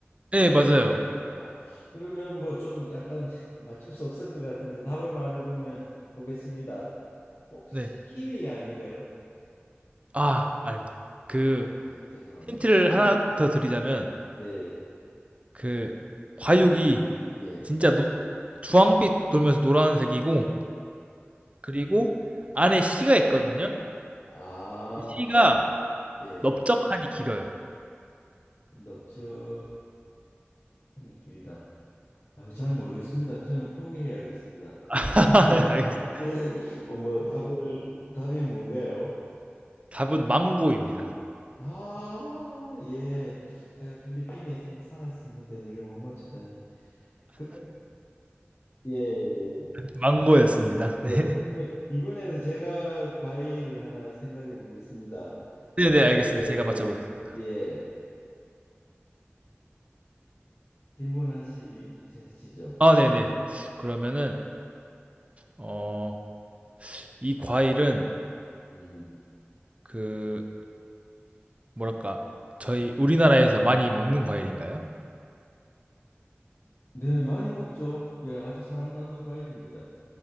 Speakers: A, on the right; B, on the left.
A: 네 맞아요.
B: 아, 그러면 뭐 좀 약간 <laughs> 맞출 수 없을 것 같은데 답을 말해보면 보겠습니다. 혹시
A: 네.
B: 키위 아닌가요?
A: 아 아닙니다. 그
B: 아, 죄송합니다.
A: 힌트를 하나 음. 더 드리자면
B: 네,
A: 그 과육이
B: 예.
A: 진짜 노 네. 주황빛 돌면서 노란색이고 그리고 안에 씨가 있거든요.
B: 아,
A: 그 씨가
B: 예.
A: 넓적하니 길어요.
B: 넓적하니 길다. 아유, 잘 모르겠습니다. 저는 포기해야겠습니다.
A: <laughs>
B: <laughs>
A: 알겠습니다.
B: 뭐 답을 답이 뭔가요?
A: 답은 망고입니다.
B: 아, 예. 제가 필리핀에 좀 살았었는데도 이걸 못 맞추다니. 그, 예, 예.
A: 망고였습니다. 네.
B: 예. 그러면 이번에는 제가 과일을 하나 생각해 보겠습니다.
A: 네네, 알겠습니다.
B: 예,
A: 제가
B: 예.
A: 맞춰보겠습니다.
B: 예. 질문하시죠.
A: 아, 네네. 그러면은, 어, 이 과일은
B: 음.
A: 그, 뭐랄까, 저희 우리나라에서 많이 먹는 과일인가요?
B: 네, 많이 먹죠. 예, 아주 사랑받는 과일입니다.